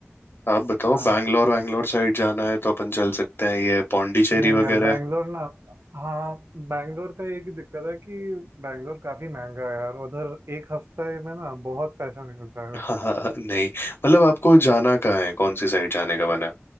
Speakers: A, on the left (about 55°); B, on the right (about 60°).
A: आप बताओ
B: हाँ
A: बैंगलोर वैंगलोर साइड जाना है तो अपन चल सकते हैं ये पौंडीचेरी
B: नहीं यार
A: वगैरह
B: बैंगलोर
A: <laughs>
B: ना हाँ बैंगलोर का एक ही दिक्कत है कि बैंगलोर काफी महंगा है यार उधर एक हफ्ते में ना बहुत पैसा निकल जाएगा
A: हाँ हाँ, हाँ, नहीं मतलब आपको जाना कहाँ है कौन सी साइड जाने का बना